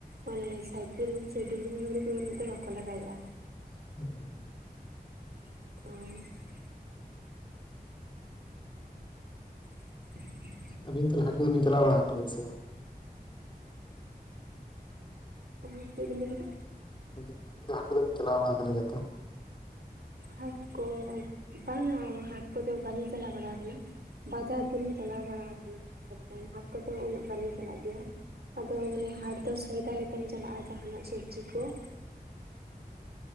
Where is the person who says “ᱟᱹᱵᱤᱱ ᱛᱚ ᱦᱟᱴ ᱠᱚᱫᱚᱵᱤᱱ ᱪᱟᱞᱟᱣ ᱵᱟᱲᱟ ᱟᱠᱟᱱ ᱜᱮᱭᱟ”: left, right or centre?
Left